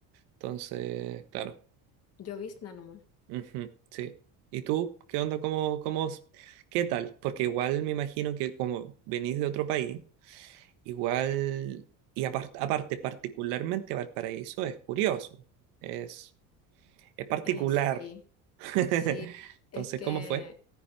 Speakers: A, on the right; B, on the left.
A: entonces, claro.
B: Llovizna nomás.
A: Ujú, sí. ¿Y tú qué onda? ¿Cómo, cómo, s- qué tal? Porque igual me imagino que como venís de otro país, igual, y apar- aparte, particularmente Valparaíso es curioso, es, es particular.
B: Eh, sí,
A: <laughs>
B: sí.
A: Entonces,
B: Es que,
A: ¿cómo fue?